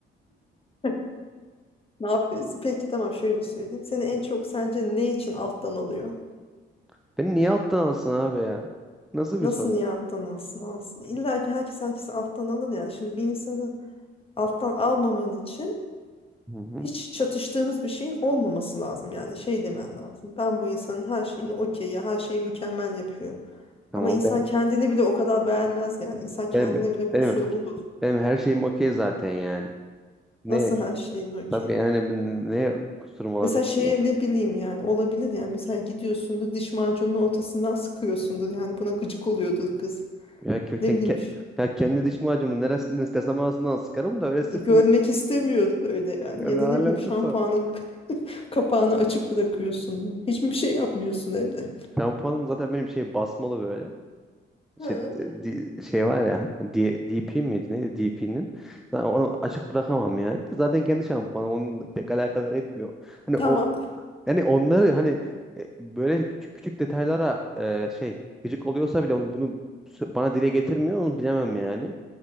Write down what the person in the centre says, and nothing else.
<laughs> Beni niye alttan alsın abi ya? Nasıl bir
soru?
Hı hı.
Tamam
ben,
benim,
benim,
benim her şeyim okey zaten yani. Ne
Tabii yani ben- ne kusurum olabilir
ki?
Ya köken
ke-
ya kendi diş macunu neresinden istersem arasından sıkarım da öyle sıkmıyor.
Ya
ne
alakası
var?
Şampuanım zaten benim şey basmalı böyle.
Şey, di- şey var ya D- DP miydi neydi DP'nin onu açık bırakamam yani zaten kendi şampuanım onun pek alakadar etmiyor hani
o yani onları hani e, böyle küçük küçük detaylara e, şey gıcık oluyorsa bile onu bunu sö- bana dile getirmiyor onu bilemem yani